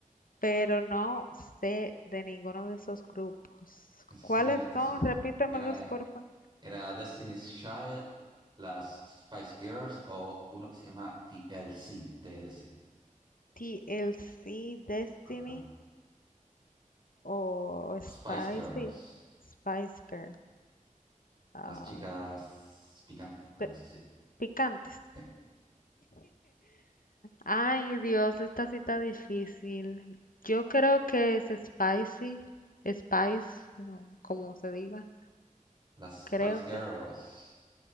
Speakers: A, on the left (about 85°); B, on the right (about 35°).
A: pero no sé de ninguno de esos grupos.
B: en serio
A: ¿Cuáles
B: no te
A: son?
B: suenan.
A: Repítemelos,
B: Mira, eh,
A: por favor.
B: era Destiny's Child, las Spice Girls o uno que se llama TLC, TLC.
A: TLC, Destiny
B: Ajá.
A: o Spicy,
B: Spice Girls,
A: Spice Girl. ah,
B: las chicas picantes, algo
A: pe-
B: así
A: picantes.
B: <laughs>
A: Ay, Dios, esta cita difícil. Yo creo que es Spicy, Spice, no, como se diga.
B: Las
A: Creo
B: Spice Girls.
A: que